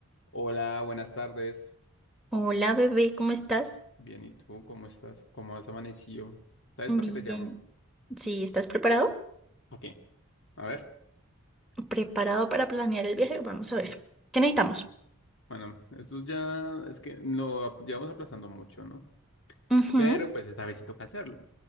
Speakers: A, on the left; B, in the centre.
A: Hola, buenas tardes.
B: Hola bebé, ¿cómo estás?
A: Bien, ¿y tú cómo estás? ¿Cómo has amanecido? ¿Sabes
B: Bien.
A: para qué te llamo?
B: Sí, ¿estás preparado?
A: ¿Para qué? A ver,
B: ¿Preparado para planear el viaje? Vamos a ver. ¿Qué necesitamos?
A: bueno, esto ya es que lo ap- llevamos aplazando mucho, ¿no?
B: Ujú.
A: Pero pues esta vez sí toca hacerlo.